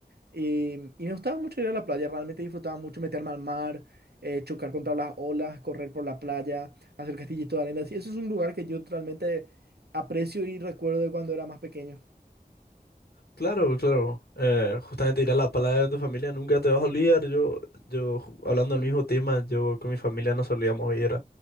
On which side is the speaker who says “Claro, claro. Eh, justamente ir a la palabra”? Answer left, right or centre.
Left